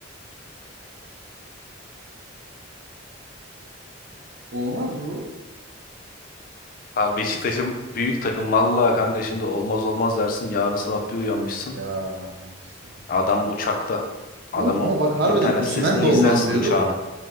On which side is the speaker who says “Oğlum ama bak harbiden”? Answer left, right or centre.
Right